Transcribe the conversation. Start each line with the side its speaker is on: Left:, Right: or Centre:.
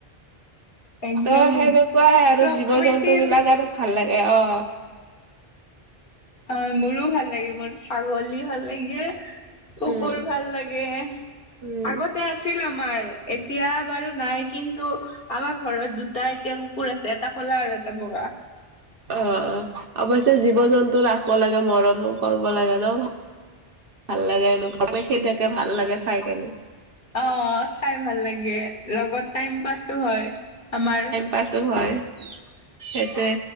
Left: একদম
Right: ত' সেনেকুৱাই আৰু
Left: প্ৰকৃতিৰ
Right: জীৱ-জন্তু বিলাক আৰু ভাল লাগে অ।
Left: অ' মোৰো ভাল লাগে মোৰ ছাগলী ভাল লাগে, কুকুৰ
Right: উম
Left: ভাল লাগে,
Right: উম।
Left: আগত তে আছিল আমাৰ এতিয়া বাৰু নাই কিন্তু আমাৰ ঘৰত দুটা এতিয়া কুকুৰ আছে এটা কলা আৰু এটা বগা।
Right: অ অ অৱশ্যে জীৱ-জন্তু ৰাখব লাগে মৰমো কৰব লাগে ন ভাল লাগে এনো ক খেলি থাকে ভাল লাগে চাই কেনে।
Left: অ চাই ভাল লাগে লগত টাইম পাছো হয় আমাৰ।
Right: পাচো হয় সেইটোৱে